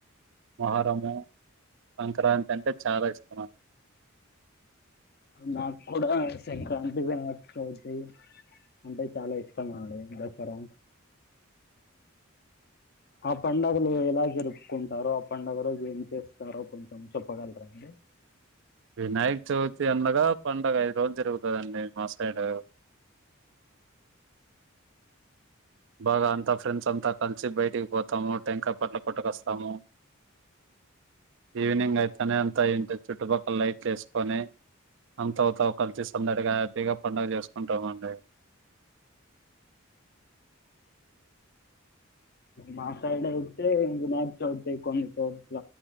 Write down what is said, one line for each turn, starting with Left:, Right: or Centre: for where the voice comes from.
Right: మాహరము సంక్రాంతంటే చాలా ఇష్టమం
Left: మాక్ కూడా సంక్రాంతి, వినాయక చవితి అంటే చాలా ఇష్టం అండి. దసరా ఆ పండుగలు ఎలా జరుపుకుంటారో, ఆ పండుగ రోజు ఏం చేస్తారో కొంచెం చెప్పగలరాండి.
Right: వినాయక్ చవితి అనగా పండగ ఐదు రోజులు జరుగుతదండి మాసైడ్ బాగా అంతా ఫ్రెండ్స్ అంతా కలిసి బయటికి పోతాము. టెంకా పట్ల కొట్టుకొస్తాము. ఈవినింగ్ అయితనే అంత అయ్యియుంటది చుట్టుపక్కల లైట్లు లేసుకొని <unintelligible> కలిసి సందడిగా ఇగా పండుగ చేసుకుంటామండి.
Left: మా సైడ్ అయితే వినాయక చవితీ కొన్ని చోట్ల,